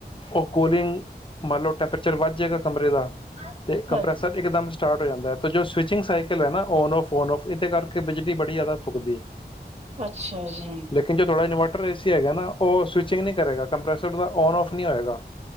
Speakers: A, on the left (about 30°); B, on the right (about 40°).
A: ਉਹ ਕੂਲੀਗ ਮੰਨ ਲਓ ਟੈਂਪਰੇਚਰ ਵੱਧ ਜਾਵੇਗਾ ਕਮਰੇ ਦਾ
B: <inaudible>
A: ਕੰਪ੍ਰੈਸਰ ਇਕਦਮ ਸਟਾਰਟ ਹੋ ਜਾਂਦਾ ਹੈ ਤਾਂ ਜੋ ਸਵਿਚਿੰਗ ਸਾਈਕਲ ਹੈ ਨਾ ਔਨ ਔਫ ਔਨ ਔਫ ਇਹਦੇ ਕਰਕੇ ਬਿਜਲੀ ਬੜੀ ਜ਼ਿਆਦਾ ਫੁਕਦੀ ਹੈ
B: ਅੱਛਾ ਜੀ
A: ਲੇਕਿਨ ਜੋ ਇਨਵਰਟਰ ਏ ਸੀ ਹੈਗਾ ਨਾ ਉਹ ਸਵਿਚੀਗਂ ਨਹੀਂ ਕਰੇਗਾ ਕੰਪੈਸਰ ਔਨ ਔਫ ਨਹੀਂ ਹੋਏਗਾ